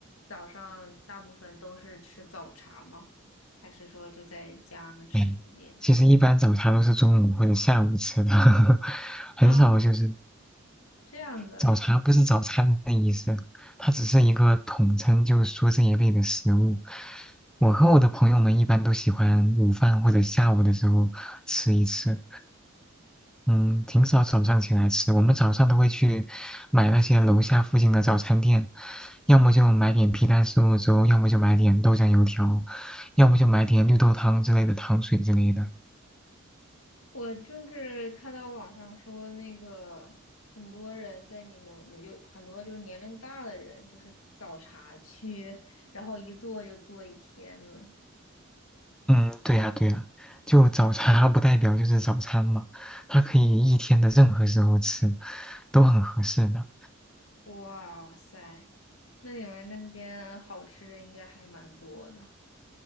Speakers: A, on the left; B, in the centre.
A: 早上大部分都是吃早茶吗？还是说就在家吃一点？
B: 没，其实一般早茶都是中午或者下午吃的，<laughs> 很少就是
A: 啊，这样子啊。
B: 早茶不是早餐的意思，它只是一个统称，就是说这一类的食物。我和我的朋友们一般都喜欢午饭或者下午的时候吃一次。嗯，挺少早上起来吃，我们早上都会去买那些楼下附近的早餐店，要么就买点皮蛋瘦肉粥，要么就买点豆浆油条，要么就买点绿豆汤之类的糖水之类的。
A: 我就是看到网上说，那个很多人在你们有很多就是年龄大的人，就是早茶去，然后一坐就坐一天呢。
B: 嗯，对呀，对呀，就早茶它不代表就是早餐嘛，它可以一天的任何时候吃，都很合适的。
A: 哇塞，那你们那边好吃的应该还蛮多的。